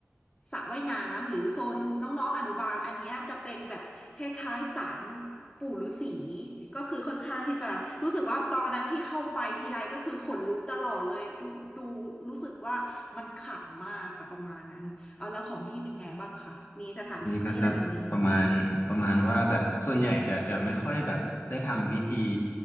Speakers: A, on the left (about 25°); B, on the left (about 55°).
A: สระว่ายน้ำหรือโซนน้องๆอนุบาลอันเนี้ยจะเป็นแบบคล้ายๆศาลปู่ฤาษีก็คือค่อนข้างที่จะรู้สึกว่าตอนนั้นที่เข้าไปทีไรก็คือขนลุกตลอดเลยดูดูรู้สึกว่ามันขลังมากค่ะประมาณนั้นเอาแล้วของพี่เป็นไงบ้างคะมีสถานที่อะไรแบบนี้ไหม
B: พี่ก็จะประมาณประมาณว่าแบบส่วนใหญ่จะจะไม่ค่อยแบบได้ทำพิธี